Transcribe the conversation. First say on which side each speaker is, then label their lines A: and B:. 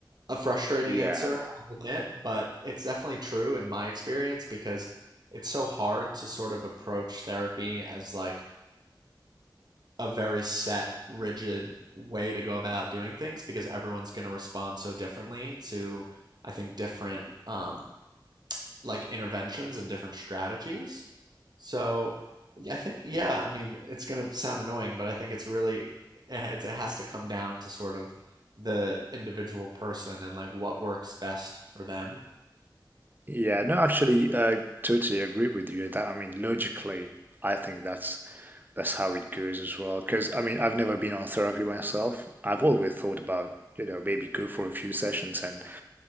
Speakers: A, on the right; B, on the right.
A: a frustrating
B: Yeah.
A: answer, I'll admit, but it's definitely true in my experience because it's so hard to sort of approach therapy as like a very set, rigid way to go about doing things because everyone's going to respond so differently to, I think, different um, like interventions and different strategies. So yeah, I think yeah, I mean it's gonna sound annoying, but I think it's really eh, it's it has to come down to sort of the individual person and like what works best for them.
B: Yeah, no, actually, I totally agree with you that, I mean, logically, I think that's that's how it goes as well. Because I mean, I've never been on therapy myself. I've always thought about, you know, maybe go for a few sessions and